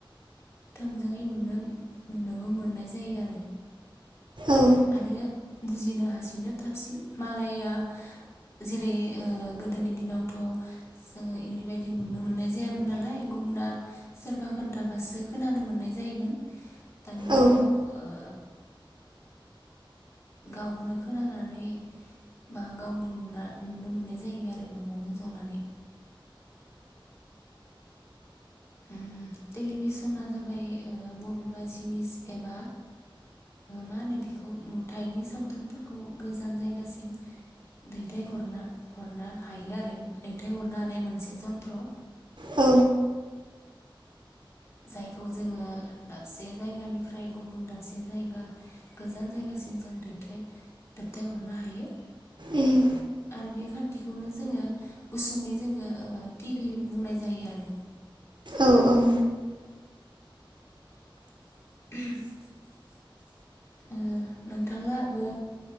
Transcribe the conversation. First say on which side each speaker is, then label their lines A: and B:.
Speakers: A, on the left (about 30°); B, on the right (about 60°).
A: थोंजोङै नुनो नुनोबो मोननाय जायो आरो
B: औ
A: आरो बुजिनो हासिनो थाबसिन मालाया जेरै ओ गोदोनि दिनावथ' जोंङो ओरैबायदि नुनो मोननाय जायामोन नालाय गुबुना सोरबा खोन्थाबासो खोनानो मोननाय जायोमोन दानि
B: औ
A: जुगाव ओ गावनो खोनानानै बा गावनो नुना नुनो मोननाय जायो आरो न'आवनो जनानै ओ टेलिभिसना जाबाय बबेबा जिनिस एबा मा होनो बेखौ नुथायनि सावथुनफोरखौ गोजान जायगासिम दैथायहरना हरनो हायो आरो दैथायहरनो हानाय मोनसे जन्थ्र
B: औ
A: जायखौ जोङो दाबसे जायगानिफ्राय गुबुन दाबसे जायगा गोजान जायगासिम जों दैथाय दोबथायहरनो हायो
B: उम
A: आरो बे खान्थिखौनो जोङो गुसुङै जोङो ओ टिभि बुंनाय जायो आरो
B: औ औ
A: <unintelligible> ओ नोंथांलाहाबो